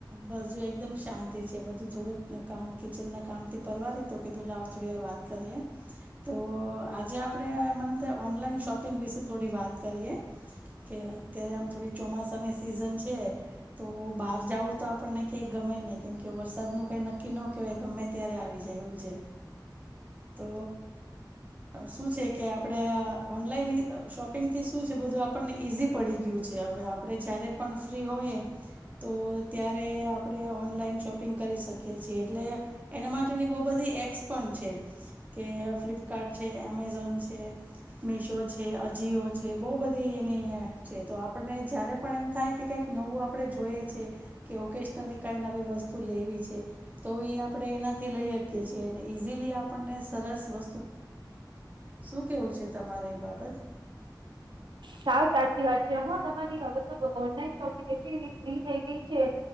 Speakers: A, on the right; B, on the right.
A: બસ જો એકદમ શાંતિ છે બધું થોડુંક કામ કિચન ના કામ થી પરવા રહી તો કીધું લાવ થોડી વાર વાત કરીએ તો આજે આપણે મને અમે થાય ઓનલાઈન શોપિંગ વિશે થોડી વાત કરીએ-' કે અત્યારે આમ થોડી ચોમાસાની સિઝન છે. તો બહાર જઉું તો આપણને કયાંક ગમે નહીં કેમ કે વરસાદનું કંઈ નક્કી ન કહેવાય ગમે ગમે અત્યારે આવી જાય એવું છે તો શું છે કે આપણે ઓનલાઈન શોપિંગથી શું છે બધું આપણને ઈઝી પડી ગયું છે હવે આપણે જ્યારે પણ ફ્રી હોય તો ત્યારે આપણે ઓનલાઈન શોપિંગ કરી શકીએ છીએ એટલે એના માટેની બહુ બધી એપ્સ પણ છે. કે ફ્લિપકાર્ટ છે, અમેઝોન છે, મીશો છે, અજીિયો છે, બઉ બધી એની છે. તો આપણને જ્યારે પણ એમ થાય કે કાંઈક નવું આપણે જોઈએ છે કે ઓકૅસનલી કાંઈ નવી વસ્તુ લેવી છે, તો એ આપણે એનાથી લઈ શકીએ છીએ અને ઇઝીલી આપણને સરસ વસ્તુ શું કેવું છે તમારે એ બાબત
B: સાવ સાચી વાત છે હમાં તમારી હવે ઓનલાઈન શોપિંગ એટલી ફ્રી થઈ ગઈ છે,